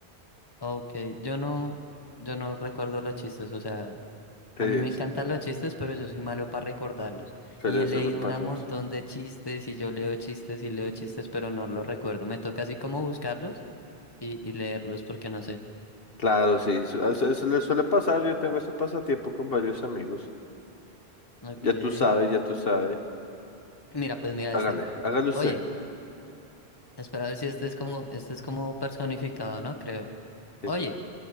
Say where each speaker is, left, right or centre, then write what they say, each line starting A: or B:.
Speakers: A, on the left; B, on the left.
A: Ok, yo no, yo no recuerdo los chistes, o sea.
B: Pues,
A: A mí me encantan los chistes, pero yo soy malo para recordarlos.
B: se
A: Y
B: le
A: he leído
B: suele pasar.
A: un montón de chistes y yo leo chistes y leo chistes, pero no los recuerdo. Me toca así como buscarlos y, y leerlos porque no sé.
B: Claro, sí, su- a- se, se le suele pasar. Yo tengo este pasatiempo con varios amigos.
A: Ok.
B: Ya tú sabes, ya tú sabes.
A: Mira, pues mira
B: Hágale,
A: este.
B: hágale usted.
A: Oye, espera a ver si este es como, este es como personificado, ¿no? Creo.
B: Dice,
A: Oye,